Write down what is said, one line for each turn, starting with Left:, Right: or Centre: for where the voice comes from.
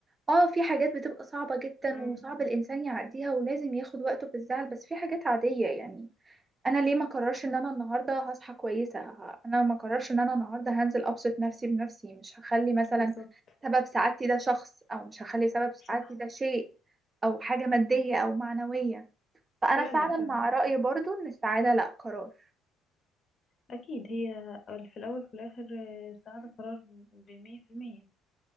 Right: آه في حاجات بتبقى صعبة جدا
Left: أمم،
Right: وصعب الإنسان يعديها ولازم ياخد وقته في الزعل بس في حاجات عادية يعني انا ليه ما قررش ان انا النهارده هصحى كويسه ه- انا ما قررش ان انا النهارده هنزل ابسط نفسي بنفسي مش هخلي مثلا
Left: بالظبط
Right: سبب سعادتي ده شخص او مش هخلي سبب سعادتي
Left: صح
Right: ده شيء او حاجه ماديه او معنويه فانا
Left: فعلا
Right: فعلا
Left: فعلا
Right: مع رايي برضو ان السعاده لا قرار
Left: اكيد هي في الاول وفي الاخر آه، السعاده قرار بمية في المية